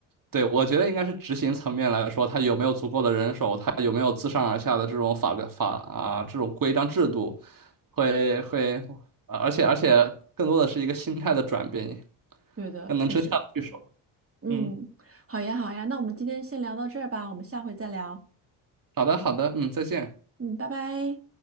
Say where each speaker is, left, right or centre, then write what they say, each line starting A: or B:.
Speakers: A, on the right; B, on the right.
A: 对，我觉得应该是执行层面来说，它有没有足够的人手，它有没有自上而下的这种法律法啊这种规章制度，会会，啊，而且而且更多的是一个心态的转变，
B: 对的，
A: 更能真相得去说。
B: 确实。嗯，
A: 嗯，
B: 好呀，好呀，那我们今天先聊到这儿吧，我们下回再聊。
A: 好的，好的，嗯，再见。
B: 嗯，拜拜。